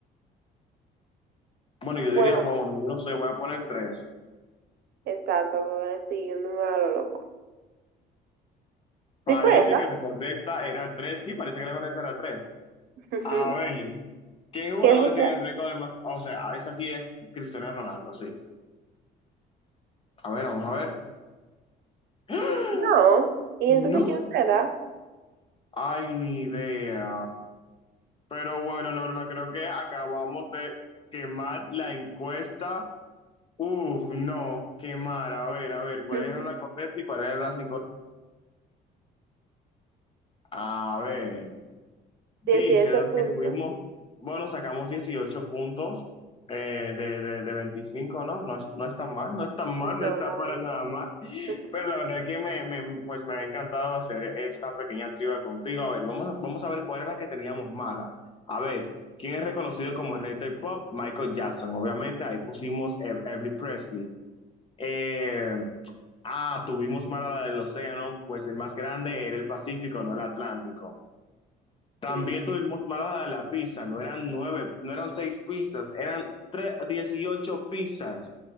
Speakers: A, on the left (about 30°); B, on the right (about 70°).
A: Bueno, yo
B: Bueno,
A: diría, bueno, bueno, yo no sé, voy a poner tres.
B: exacto, ahora sí, un número a lo loco.
A: Parece
B: Sí fue esa.
A: que la correcta era tres, sí, parece que la correcta era tres.
B: <laughs>
A: A ver, ¿qué jugador
B: ¿Qué es usted?
A: tiene el récord de más? O sea, esta sí es Cristiano Ronaldo, sí. A ver, vamos a ver. <gasps>
B: No. ¿Y
A: ¡No!
B: entonces quién será?
A: Ay, ni idea. Pero bueno, Norma, creo que acabamos de quemar la encuesta. Uf, no, quemar. A ver, a ver, ¿cuál
B: <laughs>
A: era la correcta y cuál era la psicológica? A ver, dice,
B: 18
A: de las
B: puntos.
A: que tuvimos, bueno, sacamos 18 puntos eh, de, de, de veinticinco ¿no? No es, no es tan mal, no es tan mal,
B: No,
A: no está
B: la
A: para
B: verdad.
A: nada mal. Pero
B: <laughs>
A: la verdad que me, me, pues me ha encantado hacer esta pequeña trivia contigo. A ver, vamos, vamos a ver cuál era la que teníamos mala. A ver, ¿quién es reconocido como el rey del pop? Michael Jackson. Obviamente, ahí pusimos Ev- Elvis Presley. Eh, ah, tuvimos mala la del océano, pues el más grande era el Pacífico, no el Atlántico. También
B: Sí.
A: tuvimos mala la de la pizza, no eran nueve, no eran seis pizzas, eran tres, dieciocho pizzas.